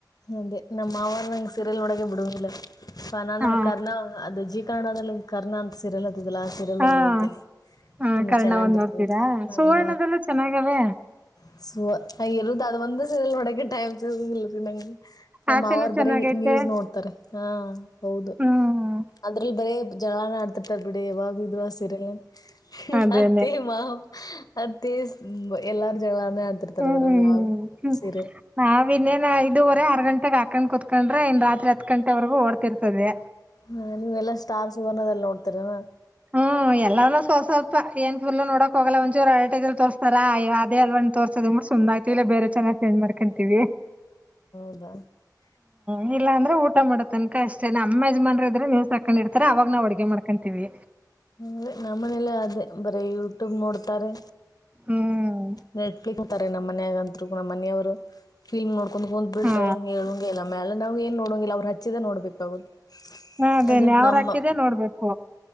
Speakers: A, on the left; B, on the right.
A: ಅದೇ ನಮ್ಮ್ ಮಾವಾರಂಗ ಸೀರಿಯಲ್ ಮಾಡೋಡಕ ಬಿಡುವುದಿಲ್ಲ ನ ನಮ
B: ಆ
A: ಕರ್ಣ ಜೀ ಕನ್ನಡದಲ್ಲಿ ಕರ್ನಾ ಅಂತ ಸೀರಿಯಲ್ತ್ತಿದಿಲ್ಲಲ್ಲ ಆ ಸೀರಿಯಲ್ ಒಂದು
B: ಆ
A: ನೋಡ್ತೀನಿ
B: ಹಾ
A: ತುಂಬಾ
B: ಕರ್ಣ
A: ಚೆನ್ನಾಗ್
B: ಒಂದ್
A: ಬತ್ತದ್
B: ನೋಡ್ತೀರಾ
A: <unintelligible> ಅದ್
B: ಸುವರ್ಣದಲ್ಲೂ ಚೆನ್ನಾಗವೆ
A: ಅ ಸರುದು <unintelligible> ಅದು ಒಂದು ಸಿರಿಯಲ್ <unintelligible> ಟೈಮ ಸಿಲ್ಲಿನಂ <unintelligible> ನನಗೆ ನಮ್ಮವಾರ್
B: ಆಚೆನೂ ಚೆನ್ನಾಗೈತೆ
A: ಬರೀ ನ್ಯೂಸ್ ನೋಡ್ತಾರೆ ಹಾ ಹೌದು
B: ಹ್ಮ್
A: ಅದ್ರಲ್ಲಿ ಬರೇ ಜಗಳನೆ ಆಡ್ತಿರ್ತಾರೆ ಬಿಡ <unintelligible> ವ <unintelligible> ವಿದುವಾಾಸರೆಲ್ಲ <unintelligible>
B: ಅದೇನೆ
A: ಅತ್ತೇ ಮಾ ಅತ್ತೇ ಎಲ್ಲಾರು ಜಗಳಾರನೇ ಆಡ್ತಿರ್ತಾರೆ
B: ಹ್ಮ್
A: ಅದ್ರ ಇವಾಗ ಸೀರಿಯಲ್
B: ನಾವ್ ಇನ್ನೇನ ಐದೂವರೆ ಆರ್ ಗಂಟೆಗೆ ಹಾಕೊಂಡ ಕ ಕುತ್ಕೊಂಡ್ರೆ ಇನ್ ರಾತ್ರಿ ಹತ್ ಗಂಟೆರೆಗ ಓಡ್ತಿರ್ತದೆ
A: ಹಾ ನೀವೆಲ್ಲಾ ಸ್ಟಾರ್ಸ್ ಸುವರ್ಣ ದಲ್ಲಿ ನೋಡ್ತೀರನಾ
B: ಹ್ಮ ಎಲ್ಲೂ ಸ್ವಲ್ಪ ಏನ್ ಫುಲ್ ನೋಡೋಕ್ ಹೋಗಲ್ಲ ಒಂಚೂರು ಅಡರ್ಟೈಲ್ಲಿ ತೋರ್ಸ್ತಾರಾ ಅ ಅಲ್ವ ತೋಸೋದ ಅದ್ ಬಟ್ಟ್ ಸುಮ್ ಆಯ್ತಿ ಇಲ್ಲ ಬೇರೆ ಚೆನ್ನಾಲ್ ಚೆಜ್ ಮಾಡ್ಕೊಂತೀವಿ
A: <unintelligible>
B: ಹ ಇಲ್ಲಾಂದ್ರೆ ಊಟ ಮಾಡತ್ತನಕ ಅಷ್ಟೇ ನಮ್ಮ ಯಜಮಾನ್ರ ಇದ್ರೆ ನೀವ್ಸ್ ಹಾಕದ್ ಇತಾರೆ ಅವಾಗ ನಾ್ ಅಡ್ಗೆ ಮಾಡ್ಕಂತ ತಿವಿ
A: ಹ್ಮೆ ನಮ್ಮ ಮನೇಲ್ಲ ಅದೇ ಬರೀ ಯೂಟ್ಯೂಬ್ ನೋಡ್ತಾರೆ
B: ಹ್ಮ್
A: ನೆಟ್ಫ್ಲಿಕ್ಸ್ ನಮ್ಮ ಮನಯಾಗಂತರು ನಮ್ಮ ಮನೆಯವರು ಫಿಲ್ಮ್ ನೋಡ್ಕೊಂಡ್ ಹ ಹೊ್ ಬಿಟ್ರ
B: ಹಾ
A: ಹೇಳಂಗಗೆಲ್ಲ ಮ್ಯಾಲ ನಾ್ ಏನ್ ನೋಡಂಗಿಲ್ಲ ಅವ್ರು ಹಚ್ಚಿದ ನೋಡ್ಬೇಕಾಗುತ್ತೆ
B: ಅದೇನೆ
A: ಅದೇ
B: ಅವ್ರ್
A: ನಮ್ಮ
B: ಹಾಕಿದ್ದೆ ನೋಡ್ಬೇಕು